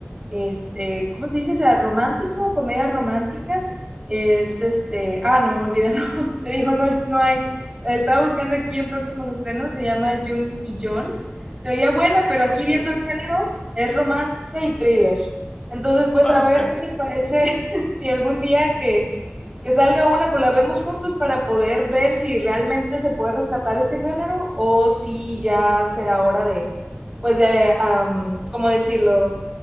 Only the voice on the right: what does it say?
este, ¿cómo se dice? O sea, romántico, comedia romántica. Es este, ah, no, olvídalo, <laughs> te digo, no hay, no hay. Estaba buscando aquí en próximos estrenos, se llama June y John. Se veía buena, pero aquí
viendo el género, es romance y thriller. Entonces, pues
a ver
qué te parece <laughs> si algún día que que salga una, pues la vemos juntos para poder ver si realmente se puede rescatar este género o si ya será hora de, pues de, am, ¿cómo decirlo?